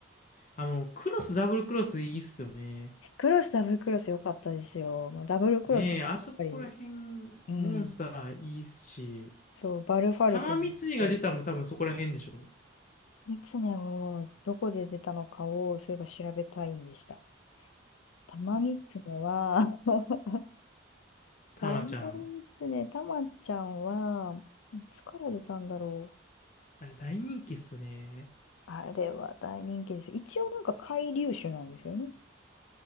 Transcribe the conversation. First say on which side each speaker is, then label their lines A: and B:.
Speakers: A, on the left; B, on the left.
A: あの、クロス、ダブルクロスいいっすよね。
B: クロス、ダブルクロス良かったですよ。まあ、ダブルクロス、
A: ねえ、
B: やっぱり、
A: あそこら辺、
B: うん。
A: モンスターいいっすし、
B: そう、バルファルクに行ったり、
A: 玉三井が出たのも多分そこら辺でしょ。
B: ミツネをどこで出たのかを、そういえば調べたいんでした。タマミツネは、<laughs>
A: 玉ちゃん。
B: タマミツネ、タマちゃんは、いつから出たんだろう。
A: あれ、大人気っすね。
B: あれは大人気ですよ。一応なんか海竜種なんですよね。